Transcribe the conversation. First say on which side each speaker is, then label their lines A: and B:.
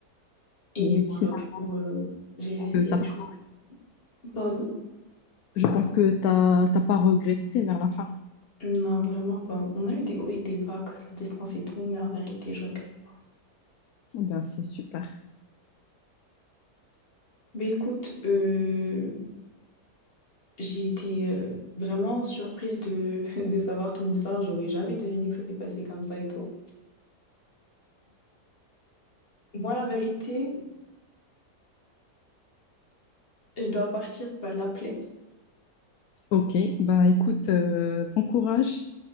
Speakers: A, on the left; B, on the left.
A: Et
B: Et
A: voilà,
B: finalement,
A: du coup, euh, j'ai laissé
B: que t'as
A: les
B: pas
A: choses. Pardon?
B: je pense que tu t'as t'as pas regretté vers la fin.
A: Non, vraiment pas. On a eu des hauts et des bas, cause la distance et tout, mais en vérité, je regrette pas.
B: Eh Ben, c'est super.
A: Mais écoute, euh, j'ai été euh, vraiment surprise de, <laughs> de savoir ton histoire. J'aurais jamais deviné que ça s'est passé comme ça et tout. Moi, la vérité, je dois partir bah, l'appeler.
B: Ok, bah écoute, euh, bon courage